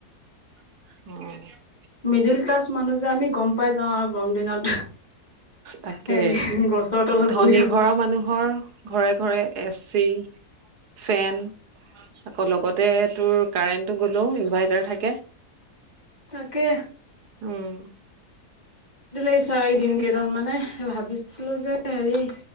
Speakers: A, on the right; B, on the left.
A: উম।
B: মিডিল ক্লাছ মানুহ যে আমি গম পাই যাওঁ আৰু গৰম দিনত।
A: তাকে,
B: হেৰি গছৰ তলত
A: ধনী
B: বহি থাকো
A: ঘৰৰ মানুহৰ ঘৰে ঘৰে এ চি, ফেন আকৌ লগতে তোৰ কাৰেণ্টটো গলেও ইনভাৰ্টাৰ থাকে।
B: তাকে।
A: উম
B: দিলে চ এইদিন
A: বাকী
B: কেইডাল মানে ভাবিছিলো যে হেৰি